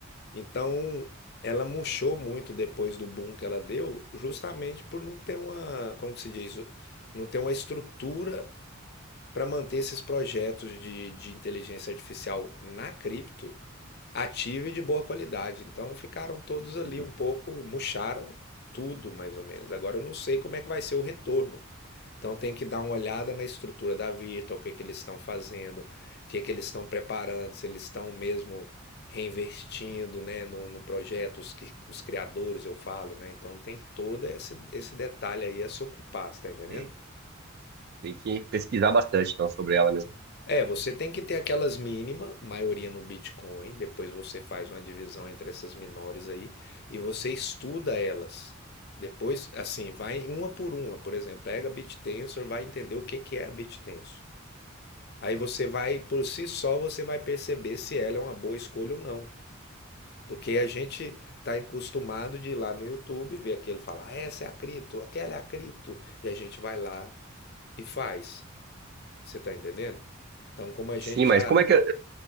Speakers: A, on the left; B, on the right.
A: Então, ela murchou muito depois do boom que ela deu, justamente por não ter uma, como que se diz, não ter uma estrutura para manter esses projetos de, de inteligência artificial na cripto ativa e de boa qualidade. Então ficaram todos ali
B: Hum,
A: um pouco, murcharam tudo mais ou menos. Agora eu não sei como é que vai ser o retorno. Então tem que dar uma olhada na estrutura da Virtual, o que que eles estão fazendo, o que que eles estão preparando, se eles estão mesmo reinvestindo, né, no, no projeto, os, que- os criadores, eu falo, né? Então tem todo esse, esse detalhe aí a se ocupar, você tá entendendo?
B: é, Tem que pesquisar bastante, então, sobre ela mesmo.
A: É, você tem que ter aquelas mínima, maioria no Bitcoin, depois você faz uma divisão entre essas menores aí e você estuda elas. Depois, assim, vai uma por uma, por exemplo, pega BitTensor, vai entender o que que é a BitTensor. Aí você vai, por si só, você vai perceber se ela é uma boa escolha ou não. Porque a gente está acostumado de ir lá no YouTube, ver aquele falar, "Ah, essa é a cripto, aquela é a cripto, e a gente vai lá e faz. Você está entendendo? Então, como a
B: Sim,
A: gente
B: mas
A: já
B: como é que. Eu,